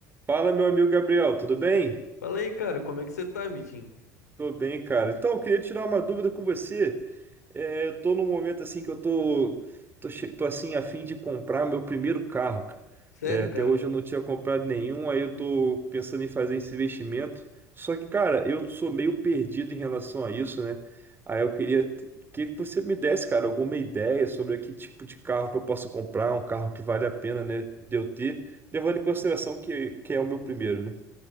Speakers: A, on the right (about 25°); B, on the left (about 80°).
A: Fala, meu amigo Gabriel, tudo bem?
B: Fala aí, cara, como é que você tá, Vitinho?
A: Tô bem, cara. Então, eu queria tirar uma dúvida com você. É, eu tô num momento assim que eu tô, tô, che- tô assim a fim de comprar meu primeiro carro, cara.
B: Sério,
A: É, até
B: cara?
A: hoje eu não tinha comprado nenhum, aí eu tô pensando em fazer esse investimento. Só que, cara, eu sou meio perdido em relação a isso, né? Aí eu queria t- que você me desse, cara, alguma ideia sobre que tipo de carro que eu posso comprar, um carro que vale a pena, né, de eu ter, levando em consideração que, que é o meu primeiro, né?